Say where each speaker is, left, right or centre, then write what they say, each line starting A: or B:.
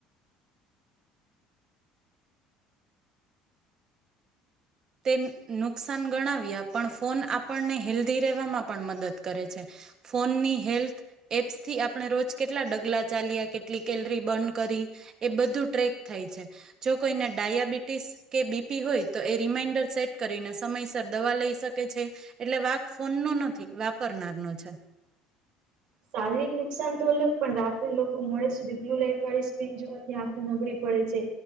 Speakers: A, on the right; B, on the right.
A: તે નુકસાન ગણાવ્યા પણ ફોન આપણને હેલ્ધી રહેવામાં પણ મદદ કરે છે ફોનની હેલ્થ એપ્સ થી આપણે રોજ કેટલા ડગલા ચાલ્યા કેટલી કેલરી બર્ન કરી એ બધું ટ્રેક થાય છે જો કોઈને ડાયાબિટીસ કે બીપી હોય તો એ રિમાઈન્ડર સેટ કરીને સમયસર દવા લઈ શકે છે એટલે વાક ફોન નો નથી વાપરનાર નો છે
B: શારીરિક નુકસાન તો અલગ પણ રાત્રે લોકો મોડે સુધી બ્લુ લાઈટ વાળી સ્ક્રીન જોવાથી આખું નબળી પડે છે